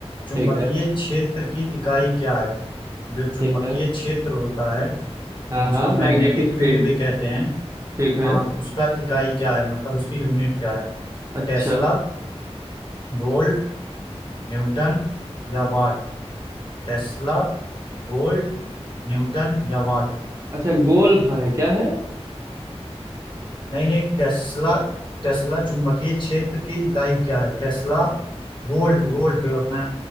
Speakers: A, on the left; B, on the right.
A: चुंबकीय
B: ठीक है
A: क्षेत्र की इकाई क्या है जो चुंबकीय
B: ठीक है
A: क्षेत्र होता है
B: हाँ
A: जिसको
B: हाँ मैग्नेटिक
A: मैग्नेटिक फील्ड
B: फील्ड
A: भी कहते हैं
B: ठीक है
A: हाँ उसका इकाई क्या है मतलब उसकी यूनिट क्या है
B: अच्छा
A: टेस्ला वोल्ट न्यूटन या वाट टेस्ला वोल्ट न्यूटन या वाट
B: अच्छा गोल्फ है क्या है
A: नहीं नहीं टेस्ला टेस्ला चुंबकीय क्षेत्र की इकाई क्या है टेस्ला वोल्ट वोल्ट अपना